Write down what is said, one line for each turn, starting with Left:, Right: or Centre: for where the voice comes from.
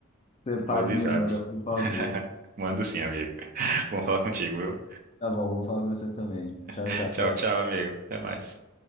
Left: Separe
Right: boas risadas.
Left: e me manda, por favor.
Right: <laughs> Mando sim, amigo. Vamos falar contigo, viu?
Left: Tá bom, vou falar com você também. Tchau,
Right: <laughs>
Left: tchau.
Right: Tchau, tchau, amigo. Até mais.